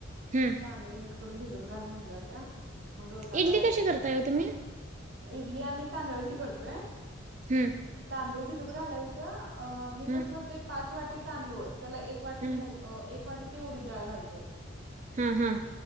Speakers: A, on the right (about 35°); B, on the right (about 55°).
A: हम्म
B: तांदूळ नीट करून भिजत घाल म्हटल्या होत्या मग डोसा
A: इडली
B: करायचा
A: कशी करताय ओ तुम्ही
B: इडली आम्ही तांदळची करतोय
A: हम्म
B: तांदूळ भिजत घालायचं अ मी
A: हम्म
B: कसं करतोय पाच वाटी तांदूळ त्याला एक वाटी
A: हम्म
B: मूग अ एक वाटी ती उडीद डाळ घालतोय
A: हम्म हम्म